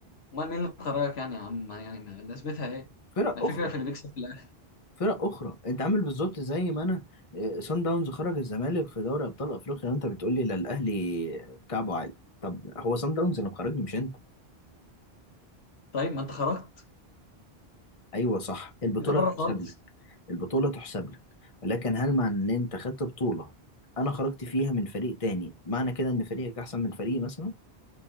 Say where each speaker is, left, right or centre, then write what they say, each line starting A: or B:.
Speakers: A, on the left; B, on the left.
A: امال مين اللي خرجك يعني يا عم يعني ما- لازمتها ايه
B: فرق
A: ما الفكره
B: اخرى
A: في اللي بيكسب في الاخر
B: فرق اخرى انت عامل بالظبط زي ما انا اه، سان داونز خرج الزمالك في دوري ابطال افريقيا وانت بتقول لي لا الاهلي كعبه عالي طب هو سان داونز اللي مخرجني مش انت
A: طيب ما انت خرجت
B: ايوه صح البطوله
A: انت بره
B: تحسب
A: خالص
B: لك البطوله تحسب لك ولكن هل مع ان انت خدت بطوله انا خرجت فيها من فريق تاني معنى كده ان فريقك احسن من فريقي مثلا